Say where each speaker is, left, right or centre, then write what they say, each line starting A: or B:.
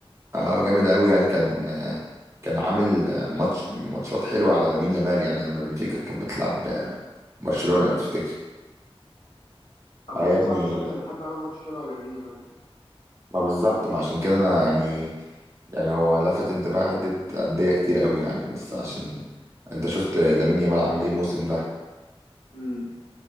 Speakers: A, on the right; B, on the left.
A: اه جامد قوي يعني كان آه، كان عامل آه، ماتش ماتشات حلوه على لامين يامال يعني لما بنفيكا كانت بتلعب آه، برشلونه
B: بجد
A: لو تفتكر
B: اعتقد
A: اه يا ابني
B: صعب اصدق ان حد عمل ماتش حلو على مين يا مالدي
A: ما بالظبط ما عشان كده انا يعني يعني هو لفت انتباه عده انديه كتير قوي يعني بس عشان انت شفت لامين يامال عامل ايه الموسم ده
B: امم